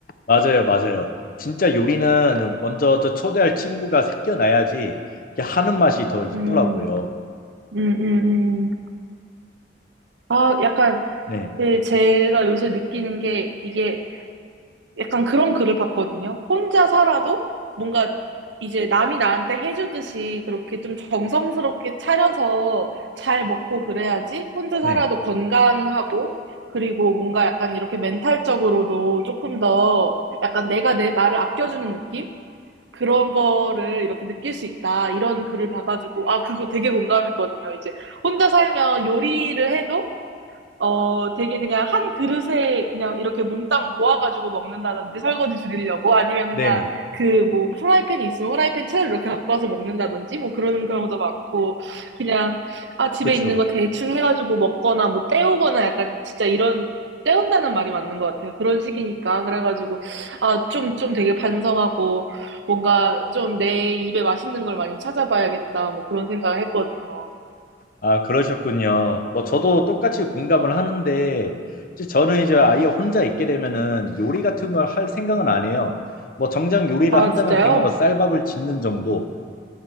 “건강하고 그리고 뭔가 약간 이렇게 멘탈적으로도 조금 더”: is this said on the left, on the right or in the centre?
Right